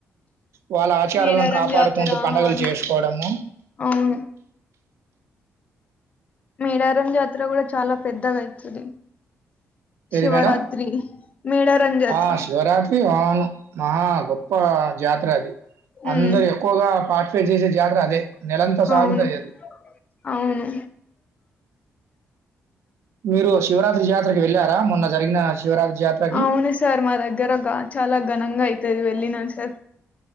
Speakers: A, on the right; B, on the left.
A: వాళ్ళ ఆచారాలను
B: మేడారం
A: కాపాడుకుంటూ
B: జాతర
A: పండుగలు
B: అని-
A: చేసుకోవడము
B: అవును మేడారం జాతర కూడా చాలా పెద్దగా అయితది
A: ఏది
B: శివరాత్రి
A: మేడం?
B: మేడారం జాతర
A: ఆ శివరాత్రి అవును మహా గొప్ప జాతర అది అందరు
B: ఉమ్,
A: ఎక్కువగా పార్టిసిపేట్ చేసే జాతర అదే నెలంతా సాగుతాయి
B: అవును
A: అది
B: అవును
A: మీరు శివరాత్రి జాతరకి వెళ్ళారా మొన్న జరిగిన శివరాత్రి జాతరకి?
B: అవును సార్ మా దగ్గర చాలా ఘనంగా అయితది వెళ్ళినను సార్